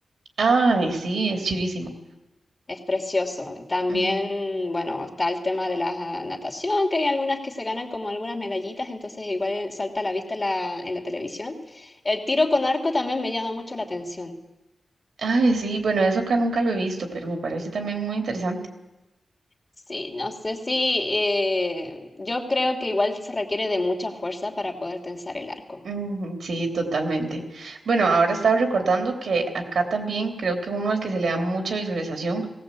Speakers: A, on the right (about 85°); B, on the left (about 25°).
A: Ay, sí, es chivísimo.
B: Es precioso. También,
A: Ujú.
B: bueno, está el tema de la natación, que hay algunas que se ganan como algunas medallitas, entonces igual salta a la vista en la, en la televisión. El tiro con arco también me llama mucho la atención.
A: Ay, sí, bueno, eso acá nunca lo he visto, pero me parece también muy interesante.
B: Sí, no sé si eh, yo creo que igual se requiere de mucha fuerza para poder tensar el arco.
A: Ujú, sí, totalmente. Bueno, ahora estaba recordando que acá también creo que uno al que se le da mucha visualización,